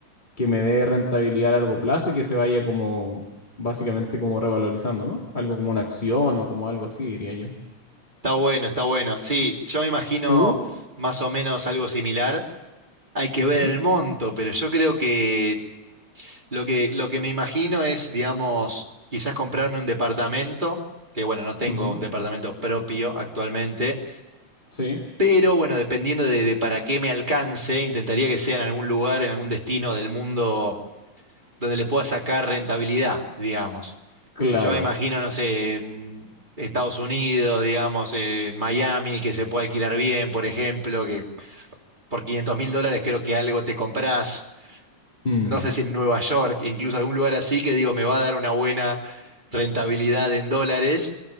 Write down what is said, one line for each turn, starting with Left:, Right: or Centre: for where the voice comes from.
Left: que me dé rentabilidad a largo plazo y que se vaya como, básicamente como revalorizando, ¿no? Algo como una acción o como algo así, diría yo.
Right: Está bueno, está bueno. Sí, yo me imagino
Left: tú
Right: más o menos algo similar. Hay que
Left: Ujú,
Right: ver el monto, pero yo creo que Lo que, lo que me imagino es, digamos, quizás comprarme un departamento, que bueno, no tengo
Left: ujú.
Right: un departamento propio actualmente,
Left: Sí,
Right: pero bueno, dependiendo de, de para qué me alcance, intentaría que sea en algún lugar, en algún destino del mundo donde le pueda sacar rentabilidad, digamos.
Left: claro.
Right: Yo me imagino, no sé, en Estados Unidos, digamos, en Miami, que se puede alquilar bien, por ejemplo, que por 500 mil dólares creo que algo te comprás.
Left: Mm.
Right: no sé si en Nueva York, incluso algún lugar así que digo, me va a dar una buena rentabilidad en dólares.